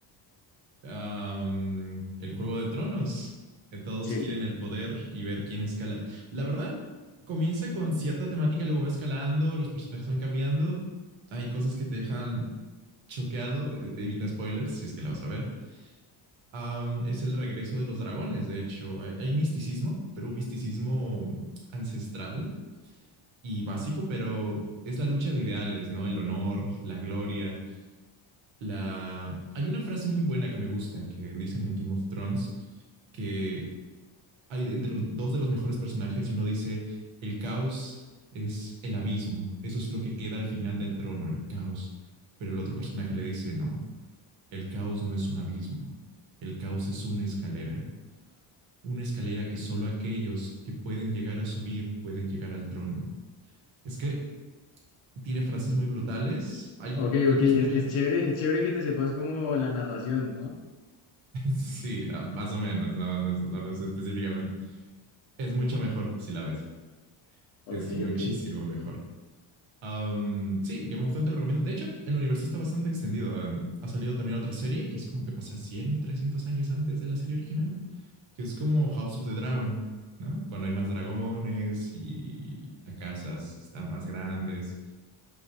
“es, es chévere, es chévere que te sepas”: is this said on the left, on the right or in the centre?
Left